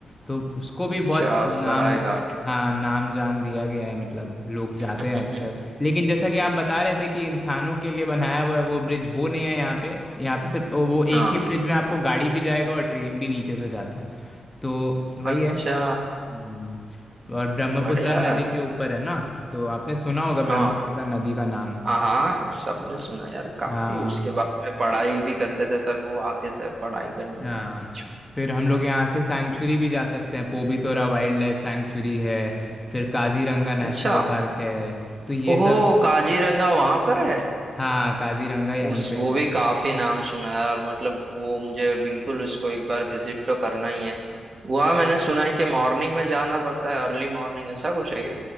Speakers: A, on the left; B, on the right.
A: तो उसको भी
B: अच्छा
A: बहुत नाम
B: सराय घाट
A: हाँ नाम जान दिया गया है मतलब लोग जाते
B: <laughs>
A: हैं अक्सर लेकिन जैसा कि आप बता रहे थे कि इंसानों के लिए बनाया हुआ है वो ब्रिज वो नहीं है यहाँ पे यहाँ पे सिर्फ वो
B: हाँ
A: एक ही ब्रिज में आपको गाड़ी भी जाएगा और ट्रेन भी नीचे से जाता है तो वही
B: अच्छा
A: है हम्म और ब्रह्मपुत्र
B: बढ़िया
A: नदी
B: है।
A: के ऊपर है ना तो आपने सुना होगा
B: हाँ
A: ब्रह्मपुत्र नदी का नाम
B: हाँ हाँ, सबने सुना यार काफी
A: हाँ
B: उसके बारे में पढ़ाई भी करते थे तब वो आते थे पढ़ाई करने
A: हाँ
B: में भी बीच में
A: फिर हम लोग यहाँ से सैंक्चुरी भी जा सकते हैं पोबितोरा वाइल्ड लाइफ सैंक्चुरी है फिर काजीरंगा नेशनल
B: अच्छा
A: पार्क है तो ये
B: ओहो
A: सब
B: काजीरंगा वहां पर है
A: हाँ काजीरंगा यहीं
B: उस
A: पे
B: वो
A: है
B: भी काफी नाम सुना है यार मतलब वो मुझे बिल्कुल उसको एक बार विजिट तो करना ही है वहाँ मैंने सुना है कि मॉर्निंग में जाना पड़ता है अर्ली मॉर्निंग ऐसा कुछ है क्या